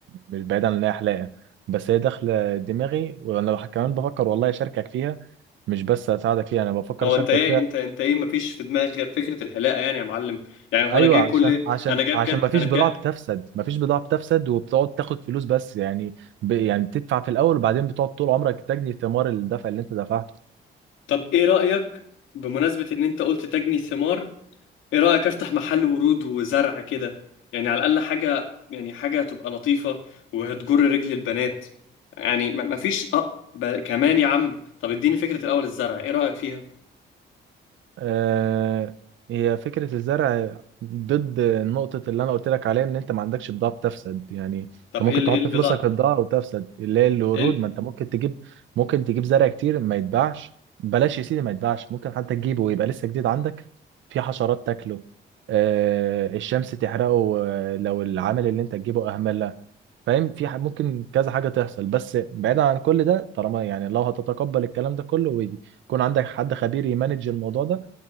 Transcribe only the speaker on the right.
مش بعيدا عن إن هي حلاقة بس هي داخلة دماغي وأنا بح- كمان بفكر والله أشاركك فيها مش بس أساعدك فيها أنا بفكر
أشاركك
فيها
أيوه
عشان عشان
عشان
مفيش
بضاعة بتفسد مفيش بضاعة بتفسد وبتقعد تاخد فلوس بس يعني ب يعني بتدفع في الأول وبعدين بتقعد طول عمرك تجني ثمار الدفع اللي أنت دفعته
آه، هي فكرة الزرع ضد نقطة اللي أنا قلت لك عليها إن أنت ما عندكش بضاعة بتفسد يعني
أنت ممكن
تحط
فلوسك في بضاعة وتفسد اللي هي الورود
ما أنت ممكن تجيب ممكن تجيب زرع كتير ما يتباعش بلاش يا سيدي ما يتباعش ممكن حتى تجيبه ويبقى لسه جديد عندك في حشرات تاكله آه، الشمس تحرقه آه، لو العامل اللي أنت تجيبه أهملها فاهم في ح- ممكن كذا حاجة تحصل بس بعيدا عن كل ده طالما يعني لو هتتقبل الكلام ده كله ويكون عندك حد خبير يمانج الموضوع ده